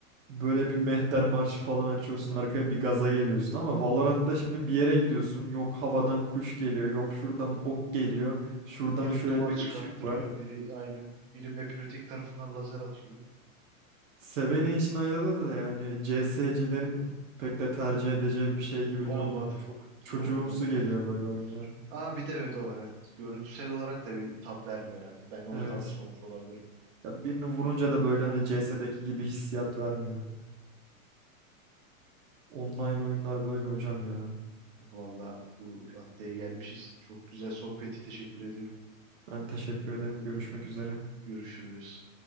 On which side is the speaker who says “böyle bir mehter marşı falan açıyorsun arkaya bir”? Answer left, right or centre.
Right